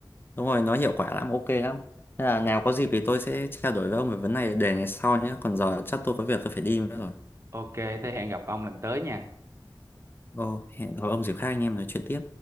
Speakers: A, on the left (about 25°); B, on the right (about 35°).
A: đúng rồi, nó hiệu quả lắm ok lắm Thế là nào có dịp thì tôi sẽ trao đổi với ông về vấn này để ngày sau nhé còn giờ chắc tôi có việc tôi phải đi nữa rồi
B: Ok, thế hẹn gặp ông lần tới nha.
A: Ồ, hẹn gặp ông dịp khác anh em nói chuyện tiếp.